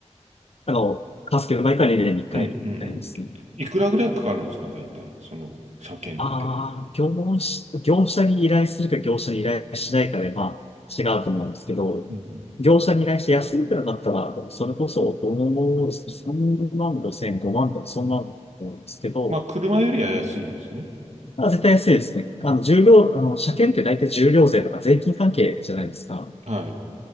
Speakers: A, on the left; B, on the right.
A: あの、カスケの毎回年に1回ありますね。
B: うんうんうん。いくらぐらいかかるんですか、大体、その車検って。
A: ああ、業務し、業者に依頼するか業者に依頼しないかで、まあ、違うと思うんですけど、
B: うん。
A: 業者に依頼して安いくらだったら、それこそ、どの、3万5千、5万とか、そんなんだと思うんですけど、
B: まあ、車よりは安いんですね。
A: まあ、絶対安いですね。あの、重量、あの、車検って大体重量税とか税金関係じゃないですか。
B: はい。